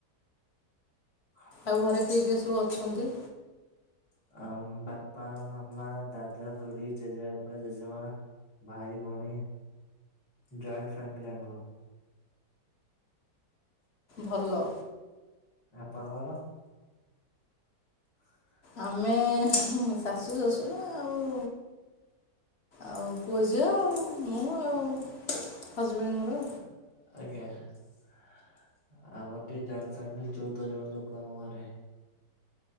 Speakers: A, on the left (about 75°); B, on the left (about 40°).
A: ଖଁ
B: ଆଉ ଘରେ କିଏ କିଏ ସବୁ ଅଛନ୍ତି?
A: ଆମ୍ ବାପା ମାମା ଦାଦା ଖୁଡି ଜେଜେବାପା ଜେଜେମା ଭାଇ ଭୋଉଣୀ ଜଏଣ୍ଟ ଫାମିଲି ଆମର।
B: ଭଲ।
A: ଆପଣଙ୍କର <inaudible>
B: ଆମେ ହୁଁ ଶାଶୁ ଶଶୁର ଆଉ ଆଉ ପୁଅ ଝିଅ ମୁଁ ଆଉ ହଜବେଣ୍ଡ ମୋର।
A: ଆ ଆଜ୍ଞା। ଆ ଆମର ଟିକେ ଜଏଣ୍ଟ ଫ୍ୟାମିଲି ଚୋଉଦ ଜଣ ଲୋକ ଆମ ଘରେ।